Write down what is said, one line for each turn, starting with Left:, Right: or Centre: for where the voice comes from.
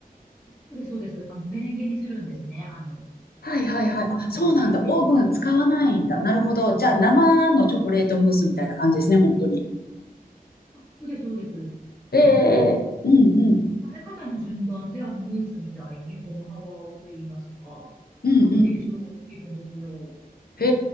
Centre: あそうです、そうです。あの、メレンゲにするんですね。あの、
Left: はいはいはい。あ、
Centre: 卵の白身を。
Left: そうなんだ。オーブン使わないんだ。なるほど。じゃあ、生のチョコレートムースみたいな感じですね、本当に。
Centre: あ、そうです、そうです。
Left: ええうんうん。
Centre: なんで、混ぜ方の順番で、あの、ムースみたいに、この泡泡と言いますか、
Left: うんうん。
Centre: あの、形状ができるんですよ。
Left: へ